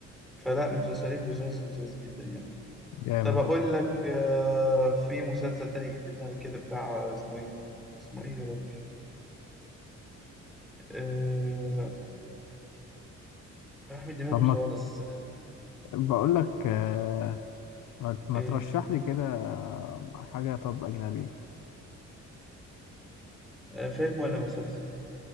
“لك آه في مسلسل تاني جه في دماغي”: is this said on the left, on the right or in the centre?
Centre